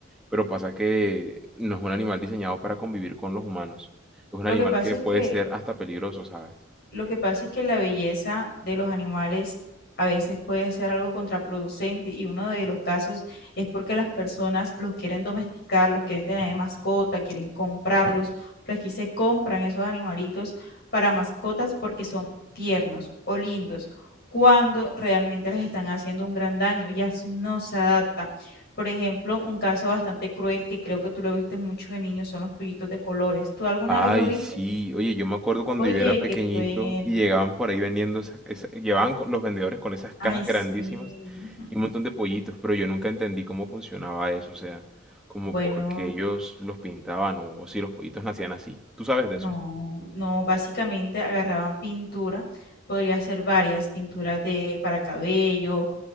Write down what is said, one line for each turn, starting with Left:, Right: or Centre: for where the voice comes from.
Centre: pero pasa que no es un animal diseñado para convivir con los humanos. Es un
Left: Lo
Centre: animal
Left: que pasa
Centre: que
Left: es
Centre: puede
Left: que
Centre: ser hasta peligroso, ¿sabes?
Left: Lo que pasa es que la belleza de los animales a veces puede ser algo contraproducente y uno de los casos es porque las personas los quieren domesticar, los quieren tener de mascota, quieren comprarlos, pero aquí se compran esos animalitos para mascotas porque son tiernos o lindos, cuando realmente les están haciendo un gran daño, ya no se adaptan. Por ejemplo, un caso bastante cruel que creo que tú lo viste mucho de niños son los pollitos de colores. ¿Tú alguna
Centre: Ay,
Left: vez lo viste?
Centre: sí. Oye, yo me acuerdo cuando
Left: Oye,
Centre: yo era pequeñito
Left: qué cruel.
Centre: y llegaban por ahí vendiendo esas, esa- llevaban co- los vendedores con esas cajas
Left: Ay, sí.
Centre: grandísimas y un montón de pollitos, pero yo nunca entendí cómo funcionaba eso, o sea, como
Left: Bueno,
Centre: por qué ellos los pintaban o, o si los pollitos nacían así. ¿Tú sabes de
Left: no,
Centre: eso?
Left: no, básicamente agarraban pintura, podría ser varias pinturas de para cabello